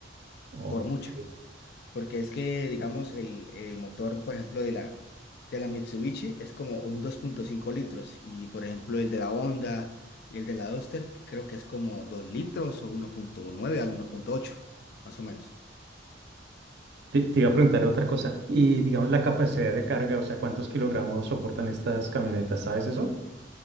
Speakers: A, on the right; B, on the left.
A: Ok.
B: por mucho. Porque es que, digamos, el, el motor, por ejemplo, de la, de la Mitsubishi es como un 2.5 litros y, por ejemplo, el de la Honda y el de la Duster creo que es como 2 litros o 1.9 al 1.8, más o menos.
A: Te, te iba a preguntar otra cosa. Y digamos la capacidad de carga, o sea, ¿cuántos kilogramos soportan estas camionetas? ¿Sabes eso?